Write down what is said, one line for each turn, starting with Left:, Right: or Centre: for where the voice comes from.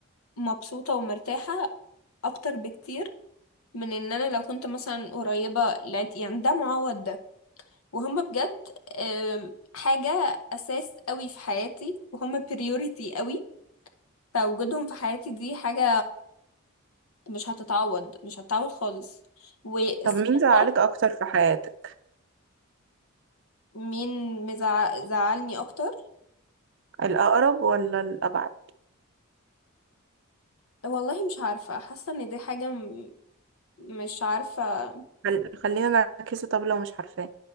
Left: مبسوطة ومرتاحة اكتر بكتير من ان انا لو كنت مثلا قريبة لقيت- يعني ده معوض ده وهم بجد آم، حاجة أساس قوي في حياتي وهم بريوريتي قوي فوجودهم في حياتي دي حاجة مش هتتعوض مش هتتعوض خالص والصداقات
Right: طب مين زعلك اكتر في حياتك
Left: مين مزعلني أكتر
Right: الاقرب ولا الابعد
Left: والله مش عارفة حاسة إن دي حاجة م- مش عارفة
Right: خل... خلينا نعكسه طب لو مش عارفاه